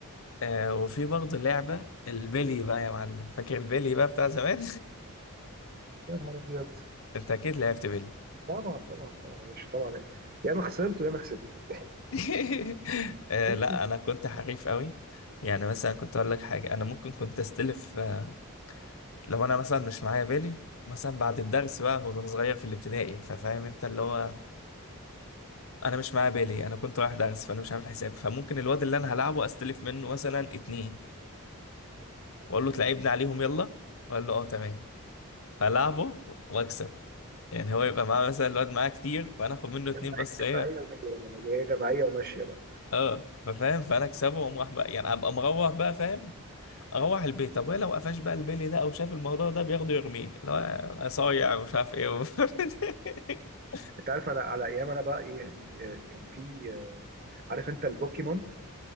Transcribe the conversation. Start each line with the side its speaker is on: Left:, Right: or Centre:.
Left: آه وفي برضه لعبة البيلي بقى يا معلم فاكر البيلي بقى بتاع زمان
Right: يا نهار ابيض
Left: <laughs> انت اكيد لعبت بيلي
Right: طبعا طبعا طبعا يا باشا طبعا يا اما خسرت ويا اما كسبت
Left: <laughs> آه
Right: جماعية
Left: لا انا كنت حريف قوي يعني مثلا كنت اقول لك حاجة انا ممكن كنت استلف آه، لو انا مثلا مش معايا بيلي مثلا بعد الدرس بقى وانا صغير في الابتدائي ففاهم انت اللي هو انا مش معايا بيلي انا كنت رايح درس فانا مش عامل حساب فممكن الواد اللي انا هلعبه استلف منه مثلا اتنين واقول له تلعبني عليهم يلا واقول له اه تمام فلعبه واكسب يعني هو يبقى معاه مثلا الواد معاه كتير فانا اخد منه اتنين
Right: جماعية
Left: بس ايه
Right: ودايرة بقى هي جماعية وماشية بقى
Left: اه ففاهم فانا اكسبه واقوم راح بقى يعني ابقى مروح بقى فاهم اروح البيت طب ولو قفش بقى البيلي ده او شاف الموضوع ده بياخده يرميه اللي هو انا صايع مش عارف ايه و... <laughs>
Right: انت عارف انا على ايام انا بقى ايه يعني آه، كان في آه، عارف انت البوكيمون